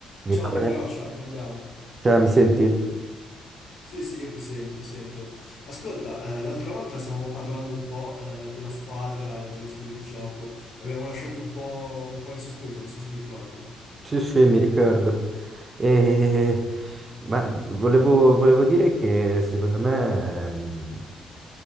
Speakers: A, on the right; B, on the left.
A: Mi
B: Ciao
A: ricordo,
B: vecchia roccia, come andiamo?
A: cioè, mi senti?
B: Sì, sì, io ti sento, ti sento. Ascolta, eh, l'altra volta stavamo parlando un po', eh, della squadra, dello stile di gioco. Abbiamo lasciato un po', un po' in sospeso, non so se ti ricordi.
A: Sì, sì, mi ricordo. E- Ma d- volevo, volevo dire che secondo me ehm,